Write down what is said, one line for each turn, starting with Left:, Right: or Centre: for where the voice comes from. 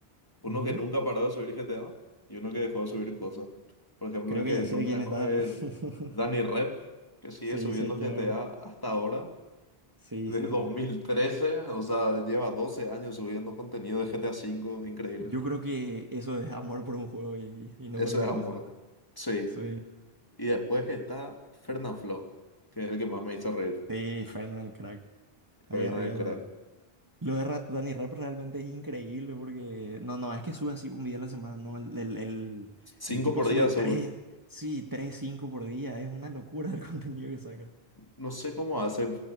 Left: Uno
Right: Ujú.
Left: que nunca paró de subir GTA y uno que dejó de subir cosas. Por ejemplo,
Right: Creo
Left: el que
Right: que ya sé
Left: nunca
Right: quién
Left: dejó
Right: está.
Left: es
Right: <laughs>
Left: Danny Rep, que sigue
Right: Sí,
Left: subiendo
Right: señor.
Left: GTA hasta ahora.
Right: Sí,
Left: De
Right: sí,
Left: dos
Right: sí.
Left: mil trece, o sea, lleva 12 años subiendo contenido de GTA V, increíble.
Right: Yo creo que eso es amor por un juego y, y no
Left: Eso
Right: cualquier
Left: es amor.
Right: cosa.
Left: Sí.
Right: Sí.
Left: Y después está Flo, que es el que más me hizo reír.
Right: Sí, Fernan el crack. Ahí
Left: Fernan
Right: arriba
Left: el crack.
Right: Lo de Ra- Dani Rap realmente es increíble porque no, no es que sube así un video a la semana, no, el, el, el-
Left: Cinco
Right: el tipo
Left: por
Right: sube
Left: día
Right: tres,
Left: sube.
Right: sí, tres, cinco por día, es una locura el <laughs> contenido que saca.
Left: No sé cómo hace